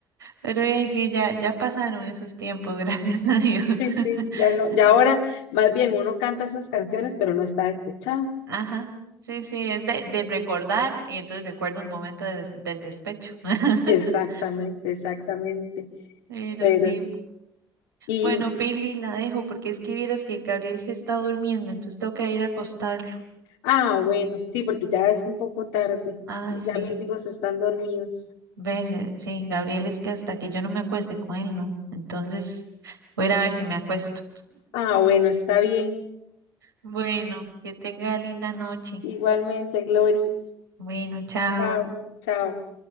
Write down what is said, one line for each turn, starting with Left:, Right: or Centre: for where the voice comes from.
Right: Pero eh, sí, ya, ya pasaron esos tiempos, <laughs> gracias a Dios. <laughs>
Left: Sí, sí, ya no, ya ahora más bien uno canta esas canciones, pero no está despechado.
Right: Ajá, sí, sí, es de, de recordar y entonces recuerdo el momento de del despecho. <laughs>
Left: Exactamente, exactamente.
Right: Pero
Left: Pero
Right: sí,
Left: sí. Y,
Right: bueno, Pili la dejo porque es que vieras que Gabriel se está durmiendo, entonces tengo que ir a acostarlo.
Left: ah, bueno, sí, porque ya es un poco tarde.
Right: Ay,
Left: Ya
Right: sí,
Left: mis hijos están dormidos.
Right: ves, eh, sí, Gabriel es que hasta que yo no me acueste con él, no. Entonces voy a ir a ver si me acuesto.
Left: Ah, bueno, está bien.
Right: Bueno, que tenga linda noche.
Left: Igualmente, Glory.
Right: Bueno, chao.
Left: Chao, chao.